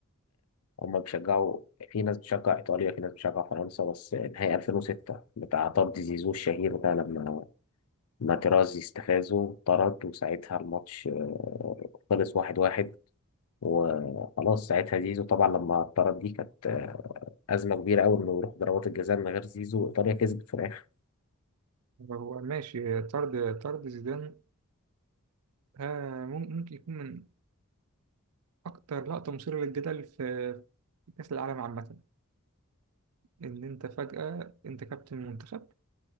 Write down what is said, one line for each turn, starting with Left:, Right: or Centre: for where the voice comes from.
Left: هم بيشجعوا في ناس بتشجع إيطاليا في ناس بتشجع فرنسا بس نهائي 2006 بتاع طرد زيزو الشهير ده لما ما تيرازي استفازه طرد وساعتها الماتش آه، خلص واحد واحد وخلاص ساعتها زيزو طبعا لما اتطرد دي كانت آه، أزمة كبيرة أوي إنه يروح ضربات الجزاء من غير زيزو إيطاليا كسبت في الآخر
Right: هو ماشي طرد طرد زيدان ها مم- ممكن يكون من أكتر لقطة مثيرة للجدل في في كأس العالم عامة إن أنت فجأة أنت كابتن منتخب